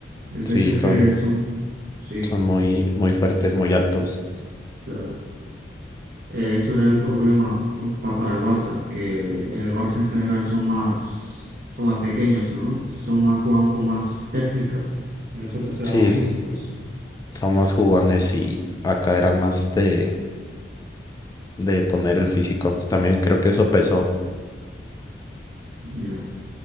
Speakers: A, on the right; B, on the left.
A: El
B: Sí,
A: PSG
B: son,
A: son... Sí,
B: son muy, muy fuertes, muy altos.
A: claro. Eh, eso era el problema con- pa- para el Barça, que en el Barça en general son más, son más pequeños, ¿no? Son más, juegan con más técnica y los otros eran
B: Sí,
A: más
B: es-
A: físicos.
B: son más jugones y acá eran más de, de poner el físico. También creo que eso pesó.
A: Ya.